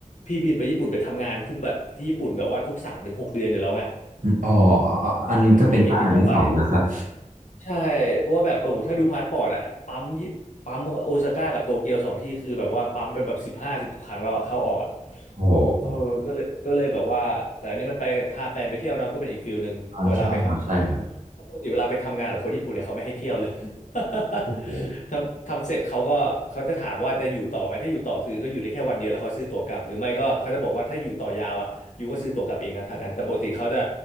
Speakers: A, on the left; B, on the right.
A: พี่บินไปญี่ปุ่นไปทำงานทุกแบบที่ญี่ปุ่นแบบว่าทุกสามถึงหกเดือนอยู่แล้วไง
B: อ๋ออันก็เป็นบ้านหลังที่สองแล้วครับ
A: มันมีเหตุที่ต้องไป ใช่เพราะว่าแบบโอ้โหถ้าดูพาสปอร์ตอะปั๊มยี่ปั๊มโอซาก้ากับโตเกียวสองที่คือแบบว่าปั๊มเป็นแบบสิบห้าสิบหกครั้งแล้วอะเข้าออกอะ
B: โอ้โห
A: เออก็เลยก็เลยแบบว่าแต่อันนี้มันไปพาแฟนไปเที่ยวนะก็เป็นอีกฟิลหนึ่งเวลาไปทำเพราะเพราะปกติเวลาไปทำงานกับคนญี่ปุ่นเนี่ยเขาไม่ให้เที่ยวเลย
B: อ่าใช่ครับใช่ครับ
A: <laughs>
B: โอ้โห
A: ทำทำเสร็จเขาก็เขาจะถามว่าจะอยู่ต่อไหมถ้าอยู่ต่อคือก็อยู่ได้แค่วันเดียวแล้วเขาซื้อตั๋วกลับหรือไม่ก็เขาจะบอกว่าถ้าอยู่ต่อยาวอะ ยูก็ซื้อตั๋วกลับเองนะทางนั้นแต่ปกติเขาจะ